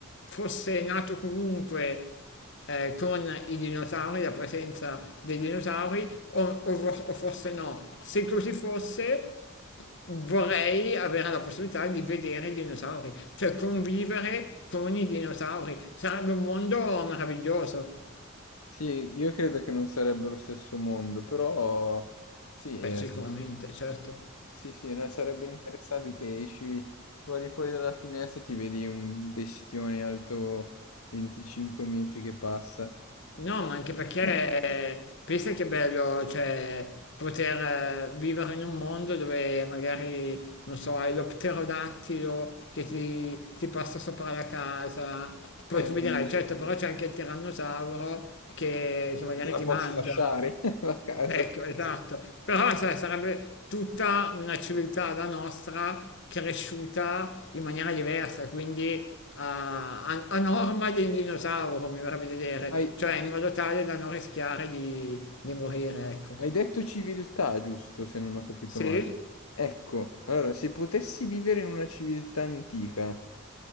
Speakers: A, on the left (about 55°); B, on the left (about 90°).
A: fosse nato comunque eh, con i dinosauri, la presenza dei dinosauri, o, o vo- o forse no. Se così fosse, vorrei avere la possibilità di vedere i dinosauri, cioè convivere con i dinosauri. Sarebbe un mondo meraviglioso.
B: Sì, io credo che non sarebbe lo stesso mondo, però sì,
A: Beh,
B: eh,
A: sicuramente, certo.
B: sì, sì, no, sarebbe interessante che esci, guardi fuori dalla finestra e ti vedi un bestione alto 25 metri che passa.
A: No,
B: Ciao.
A: ma anche perché
B: <laughs>
A: pensa che è bello, cioè, poter eh, vivere in un mondo dove magari, non so, hai lo pterodattilo che ti, ti passa sopra la casa. Poi
B: Eh,
A: tu mi dirai, certo, però c'è anche il tirannosauro che, che magari
B: te la
A: ti
B: posso
A: mangia.
B: fasciare <laughs> la casa.
A: Ecco, esatto. Però sai, sarebbe tutta una civiltà la nostra cresciuta in maniera diversa, quindi a, a- a norma del dinosauro, mi verrebbe da dire,
B: Hai,
A: cioè in modo tale da non rischiare di, di morire, ecco.
B: hai detto civiltà, giusto, se non ho capito
A: Sì?
B: male. Ecco, allora, se potessi vivere in una civiltà antica,